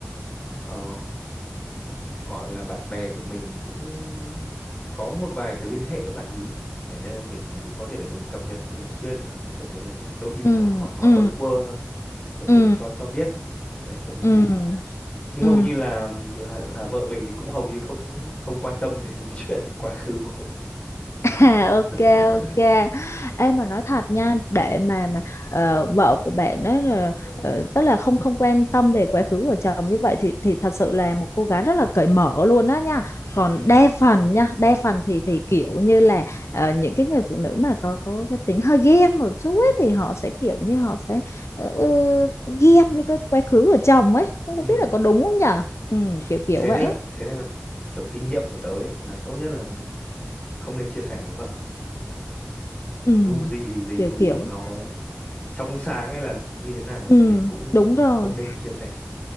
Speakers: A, on the left; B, on the left.
A: ờ, gọi là bạn bè của mình thì cũng có một vài cái liên hệ với bạn ý để nên là mình cũng có thể là mình cập nhật thường xuyên được đấy, kiểu như thế mình, đôi khi mình
B: ừ
A: hỏi hỏi hỏi
B: ừ
A: bâng quơ thôi kiểu
B: ừ
A: để cho cho biết thôi. đấy kiểu như
B: ừ
A: thế
B: ừ
A: chứ hầu
B: ừ.
A: như là là là vợ mình thì cũng hầu như không không quan tâm đến <laughs> chuyện quá khứ của mình
B: À, ok
A: <laughs>
B: ok em mà nói thật nha để mà mà ờ, vợ của bạn ấy là ờ, tức là không không quan tâm về quá khứ của chồng như vậy thì thì thật sự là một cô gái rất là cởi mở luôn đó nha còn
A: ừ.
B: đa phần nha đa phần thì thì kiểu như là ờ, những cái người phụ nữ mà có có cái tính hơi ghen một chút ấy, thì họ sẽ kiểu như họ sẽ ờ, ờ, ghen với cái quá khứ của chồng ấy không
A: Ừ.
B: có biết là có đúng không nhở ừ, kiểu kiểu
A: thế
B: vậy
A: nên
B: ấy.
A: là thế nên là kiểu kinh nghiệm của tớ ấy, là tốt nhất là không nên chia sẻ với vợ thật
B: ừ,
A: dù gì thì gì
B: kiểu
A: dù
B: kiểu
A: nó
B: ấy.
A: có trong sáng hay là như thế nào ấy
B: ừ,
A: thì mình cũng
B: đúng rồi
A: không nên chia sẻ